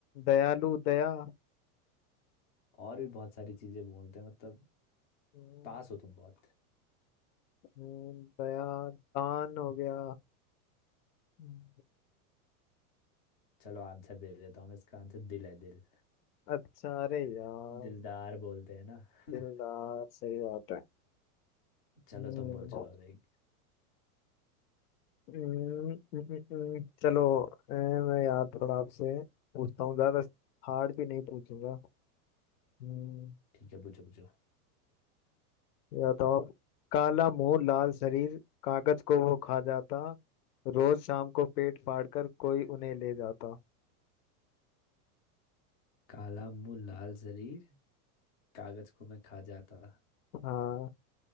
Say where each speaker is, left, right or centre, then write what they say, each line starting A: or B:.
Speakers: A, on the left; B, on the left.
A: दयालु दया
B: और भी बहुत सारी चीजें बोलते हैं मतलब
A: हम्म,
B: पास हो तुम बहुत
A: हम्म, दया दान हो गया हम्म,
B: चलो आंसर दे देता हूँ मैं इसका आंसर दिल है दिल
A: अच्छा अरे यार
B: दिलदार बोलते हैं ना <laughs>
A: दिलदार सही बात है
B: चलो
A: हम्म,
B: तुम पूछो अब एक
A: हम्म, हम्म, हम्म, चलो अ, मैं यार थोड़ा आपसे पूछता हूँ ज्यादा हार्ड भी नहीं पूछूंगा हम्म,
B: ठीक है पूछो पूछो
A: या तो आप काला मुंह लाल शरीर कागज को वो खा जाता रोज शाम को पेट फाड़ कर कोई उन्हें ले जाता
B: काला मुंह लाल शरीर कागज को मैं खा जाता
A: हाँ